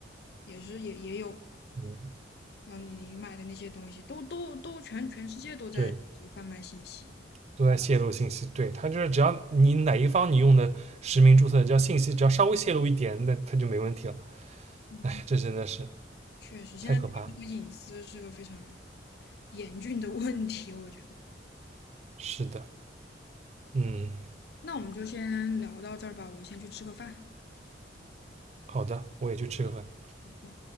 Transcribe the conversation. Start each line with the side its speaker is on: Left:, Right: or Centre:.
Left: 也是也也有。
Right: 嗯，
Left: 然后你你买的那些东西，都都都全全世界都在这个贩卖信息。
Right: 对。都在泄露信息。对，它就是只要你哪一方你用的实名注册，只要信息只要稍微泄露一点，那它就没问题了。
Left: 嗯，
Right: 哎，这真的是
Left: 确实，现在这个这个隐私是个非常
Right: 太可怕。
Left: 严峻的问题，我觉得。
Right: 是的，嗯，
Left: 那我们就先聊到这儿吧，我先去吃个饭。
Right: 好的，我也去吃个饭。
Left: 好的。